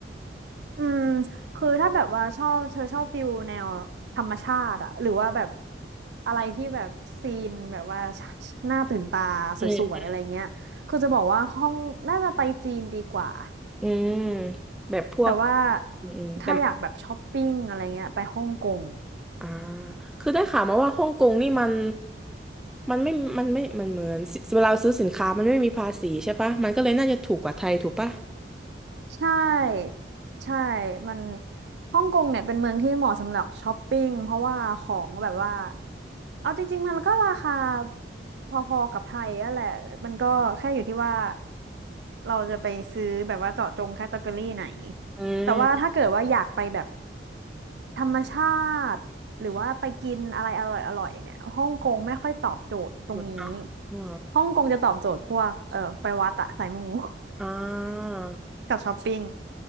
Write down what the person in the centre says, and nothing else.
อืมอืมแบบพวก
อืมอืมแต่
อ่าคือได้ข่าวมาว่าฮ่องกงนี่มัน มันไม่มันไม่มันเหมือนสิเวลาซื้อสินค้ามันไม่มีภาษีใช่ปะ มันก็เลยน่าจะถูกกว่าไทยถูกปะ
อืม
เหมือนอ่า
อ่า